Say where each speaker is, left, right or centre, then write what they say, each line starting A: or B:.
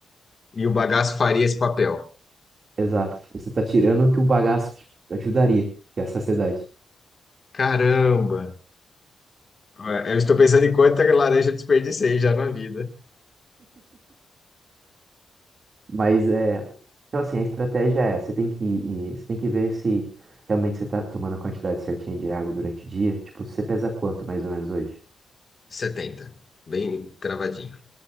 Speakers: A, on the left; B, on the right.
A: E o bagaço faria esse papel.
B: Exato. Você está tirando o que o bagaço te ajudaria, que é a saciedade.
A: Caramba! Ué, Eu estou pensando em quanta laranja eu desperdicei já na vida.
B: Mas é, então assim, a estratégia é, você tem que ir- você tem que ver se realmente você está tomando a quantidade certinha de água durante o dia. Tipo, você pesa quanto mais ou menos hoje?
A: 70, Bem cravadinho.